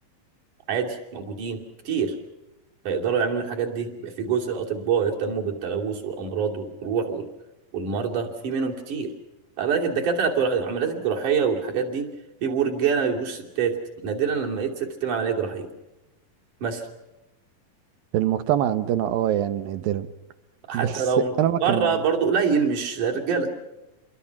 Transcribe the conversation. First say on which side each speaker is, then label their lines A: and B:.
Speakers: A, on the right; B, on the right.
A: عادي موجودين كتير فيقدروا يعملوا الحاجات دي يبقى في جزء اطباء يهتموا بالتلوث والامراض والجروح وال- والمرضى في منهم كتير خلي بالك الدكاتره بتوع العمليات الجراحيه والحاجات دي بيبقوا رجاله ما بيبقوش ستات نادرا لما لقيت ست تعمل عمليه جراحيه مثلا
B: في المجتمع عندنا اه يعني نادرا
A: حتى
B: بس
A: لو
B: انا ما
A: بره
B: كان
A: برضه قليل مش زي الرجاله